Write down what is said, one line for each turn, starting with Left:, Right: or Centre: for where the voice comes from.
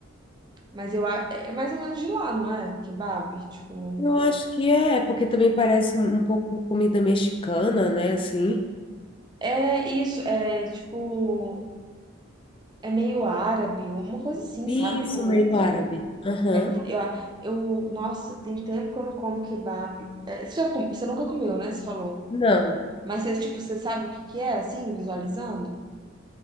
Right: Mas eu, a- é mais ou menos de lá, não é? Kebab, tipo.
Left: Eu acho que é, porque também parece um um pouco comida mexicana, né? Assim.
Right: É isso, é tipo. É meio árabe, uma coisa assim,
Left: Isso,
Right: sabe? O,
Left: meio árabe.
Right: o,
Left: Aham.
Right: eu, eu, nossa, tem tempo que eu não como kebab. É, você, já, come- você nunca comeu, né? Você falou.
Left: Não.
Right: Mas você, tipo, você sabe o que que é, assim, visualizando?